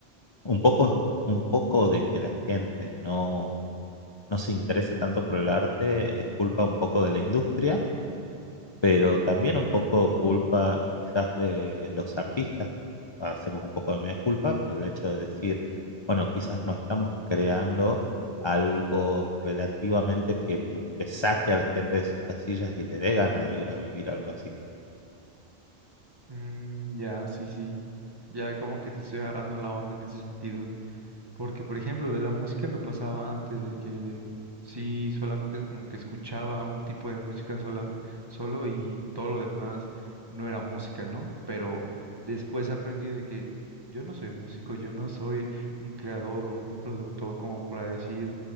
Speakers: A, on the left (about 35°); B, on the right (about 25°).
A: un poco, es- un poco de que la gente no, no se interese tanto por el arte es culpa un poco de la industria pero también un poco culpa quizás de los artistas. Hacemos un poco de media culpa por el hecho de decir, bueno, quizás no estamos creando algo relativamente que, mm, que saque a la gente de sus casillas y le dé ganas de ir a vivir algo así.
B: Mm, ya, sí, sí, ya como que te estoy agarrando la onda en ese sentido. Porque, por ejemplo, de la música me pasaba antes de que sí, solamente es como que escuchaba un tipo de música sola, solo y todo lo demás no era música, ¿no? Pero después aprendí de que yo no soy músico, yo no soy un creador o un productor como para decir